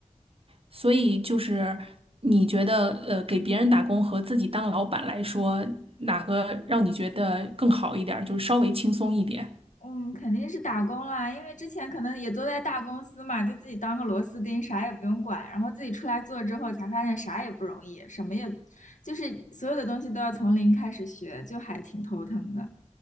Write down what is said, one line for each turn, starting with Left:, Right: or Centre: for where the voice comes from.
Right: 所以就是你觉得，呃，给别人打工和自己当老板来说，哪个让你觉得更好一点儿，就是稍微轻松一点？
Left: 嗯，肯定是打工啦，因为之前可能也都在大公司嘛，就自己当个螺丝钉，啥也不用管，然后自己出来做之后，才发现啥也不容易，什么也，就是所有的东西都要从零开始学，就还挺头疼的。